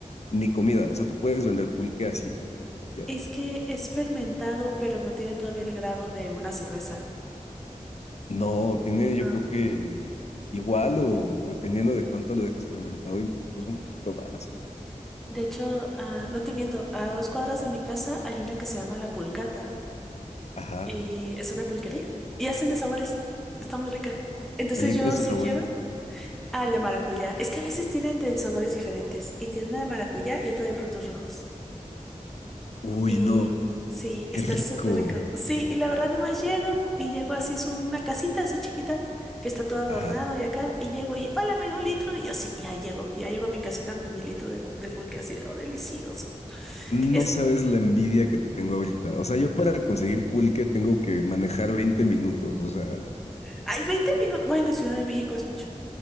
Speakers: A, on the left; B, in the centre.
A: ni comida, o sea, tú puedes vender pulque así como tú quieras.
B: Es que es fermentado, pero no tiene todavía el grado de una cerveza.
A: No, tiene yo
B: No.
A: creo que igual o dependiendo de cuánto lo dejes fermentado, incluso un poquito más.
B: De hecho, ah, no te miento, a dos cuadras de mi casa hay una que se llama La Pulcata.
A: Ajá.
B: y es una pulquería. Y hacen de sabores. Está muy rica. Entonces
A: Oye,
B: yo
A: ¿cuál es
B: sí
A: tu favorito?
B: quiero al de maracuyá. Es que a veces tienen de sabores diferentes. Y tienen una de maracuyá y otra de frutos rojos.
A: Uy,
B: Y
A: no,
B: sí,
A: qué
B: está
A: rico.
B: súper rico. Sí, y la verdad nomás llego y llego así, es una casita así chiquita que está todo adornado
A: Ajá.
B: y acá. Y llego y, hola, me da un litro. Y yo sí, ya llego. Ya llego a mi casita con mi litro de, de pulque así de, "Oh, delicioso.
A: No
B: Es,
A: sabes la envidia que te tengo ahorita. O sea, yo para conseguir pulque tengo que manejar 20 minutos. O sea,
B: hay 20 minutos. Bueno, en Ciudad de México es mucho.